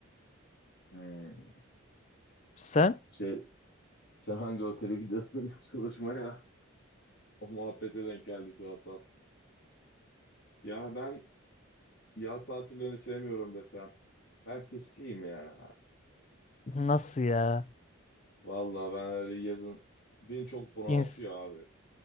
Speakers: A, on the left (about 50°); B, on the left (about 30°).
A: Hmm.
B: Sen?
A: Şey, sen hangi otele gidiyorsun <laughs> çalışmaya? O muhabbete denk geldi şu an tam. Ya ben Yaz tatillerini sevmiyorum desem. Ben tiskiyim ya.
B: Nasıl ya?
A: Vallahi ben öyle yazın beni çok bunaltıyor
B: İns-
A: abi.